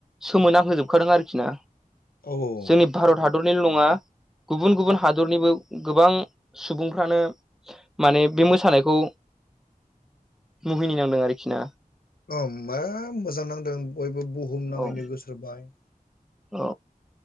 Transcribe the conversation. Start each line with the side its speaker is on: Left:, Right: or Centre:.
Centre: सोमोनां होजोबखादों आरोखि ना
Left: औ औ औ
Centre: जोंनि भारत हादरनिल' नङा। गुबुन गुबुन हादरनिबो गोबां सुबुंफ्रानो माने बे मोसानायखौ मुहिनि नांदों आरोखि ना।
Left: औ मा मोजां नांदों बयबो बुहुमनाङैनो
Centre: औ
Left: गोसारबाय।
Centre: औ।